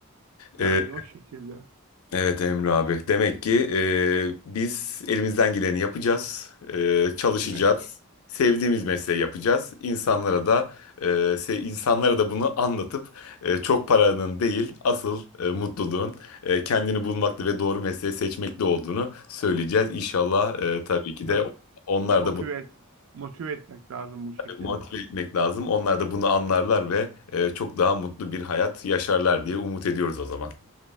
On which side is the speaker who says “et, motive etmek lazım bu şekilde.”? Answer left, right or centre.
Right